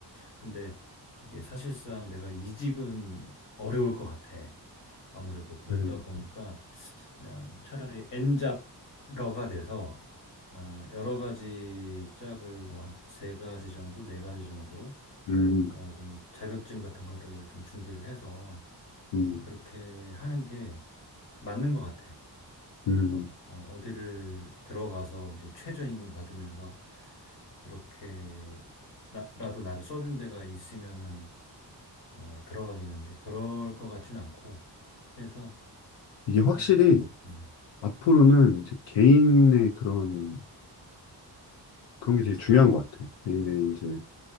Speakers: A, on the left; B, on the left.
A: 근데 이게 사실상 내가 이직은 어려울 것 같아. 아무래도 그러다
B: 네.
A: 보니까 그냥 차라리 엔잡러가 돼서 어, 여러 가지 짭을 뭐 한 세 가지 정도, 네 가지 정도
B: 음,
A: 뭐 좀 자격증 같은 거를 좀 준비를 해서
B: 음,
A: 그렇게 하는 게 맞는 것 같아.
B: 음.
A: 어, 어, 어디를 들어가서 이제 최저임금 받으면서 그렇게 나, 라도 나를 써준 데가 있으면은 뭐 들어가겠는데 그럴 것 같진 않고 그래서
B: 이게 확실히
A: 어, 음,
B: 앞으로는 이제 개인의 그런 그런 게 되게 중요한 것 같아. 개인의 이제